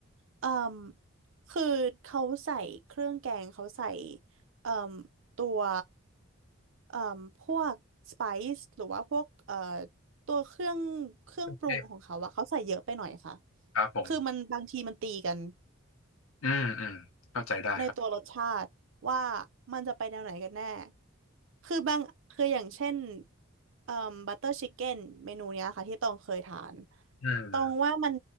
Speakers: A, on the right; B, on the left.
A: เอ่มคือเขาใส่เครื่องแกงเขาใส่เอ่มตัวเอ่มพวกสไปซ์หรือว่าพวกเอ่อตัวเครื่องเครื่องปรุงของเขาอะเขาใส่เยอะไปหน่อยค่ะ
B: เทศครับผม
A: คือมันบางทีมันตีกัน
B: อืมอืมเข้าใจได้
A: ในตัวรสชาติว่ามันจะไปแนวไหนกันแน่ คือบางคืออย่างเช่นเอ่อบัตเตอร์ชิคเก้นเมนูเนี้ยค่ะที่ตองเคยทาน
B: อืม
A: ตองว่ามัน